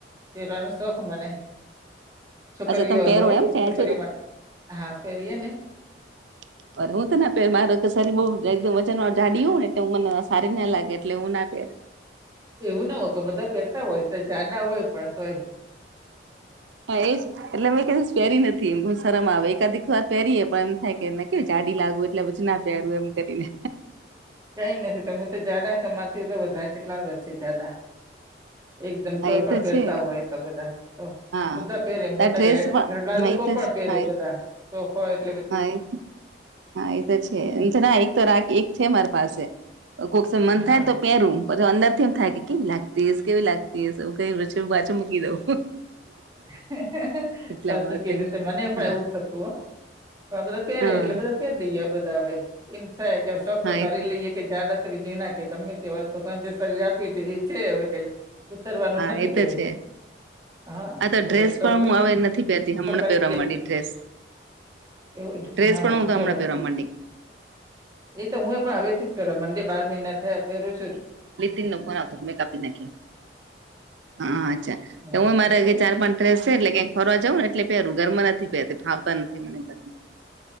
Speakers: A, on the right (about 20°); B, on the right (about 85°).
A: પેરવાનો શોખ મને. છોકરીઓ
B: અચ્છા તમે પહેરો
A: હોય
B: એમ
A: ને
B: ચણિયાચોલી
A: છોકરીઓ માટે હા પહેરીએ ને.
B: <inaudible> હું તો ના પેરુ મારે કે શરીર વજન વાળ જાડી હો ને હ મને સારી ના લાગે એટલે હું ના પેર. <inaudible>
A: એવું ના હોય કે બધા પહેરતા હોય તો જાડા હોય પણ તોય.
B: હા એ જ એટલે મે ક ઈ દિવસ પહેરી નથી એમ શરમ આવે એકાધિકવાર પહેરીએ પણ એમ થાય. એમને કેવું જાડી લાગવું એટલે પછી ના પ્યારું એમ કરીને.
A: કઈ નથી તમે તો જાડા તમારેથી તો વધારે કેટલા બધા છે જાડા. એકદમ
B: હા
A: તોય
B: એ
A: પણ
B: તો
A: પહેરતા
B: છે
A: હોય તો બધા તો.
B: હા
A: બધા પહેરે મોટા
B: આ ડ્રેસ
A: ધર
B: પણ
A: ઘરડા
B: હા
A: લોકો
B: એ તો
A: પણ પહેરે
B: હા
A: બધા. સોખ હોય એટલે પછી.
B: હા એ હા એ તો છે એમ છે ના એક તો રાખી એક છે મારી પાસે કોક સમય મન
A: હા
B: થાય તો પહેરું. પછી અંદરથી એમ થાય કેવી લાગતી હ ઈસ કેવી લાગતી હ ઈસ કઈ હ પાછું મૂકી દઉં.
A: સાચું
B: એટલા માટે
A: કીધું તે મને પણ
B: હા.
A: એવું જ થતું હો પણ બધા
B: હા
A: પહેરે એટલે બધા પહેરી બધા હવે એમ થાય કે સોખ તો
B: હા
A: કરી
B: એ
A: લઈએ કે જાડ જે ના કઈ ગમે તે હોય તો જે શરીર આપ્યું એ છે હવે કઈક. ઉતરવાનું
B: હા
A: નથી
B: એ
A: કઈ
B: તો છે
A: હા.
B: આ તો ડ્રેસ
A: પછી શોખ
B: પણ હું હવે નથી પહેતી હમણાં
A: તો કરી
B: પહે
A: જ દે
B: માંડી ડ્રેસ.
A: એવું જ.
B: ડ્રેસ
A: હા
B: પણ
A: હા
B: હું હમને
A: બરોબર
B: પહેરવા મડી.
A: એ તો હું એ પણ આવે પહેલા મન્ડે બાર મહિના હે પેરું જ
B: લીતિન ન કો ના હતો મેં કાપી નાખ્યા. હા અચ્છા
A: હા
B: તો હું જે મારે
A: ખબર પડી
B: ચાર પાંચ ડ્રેસ છે એટલે કંઈક ફરવા જવુ ને એટલે પહેરું ઘરમાં નથી પહેરતી ફાવતા નથી મને ઘરમાં.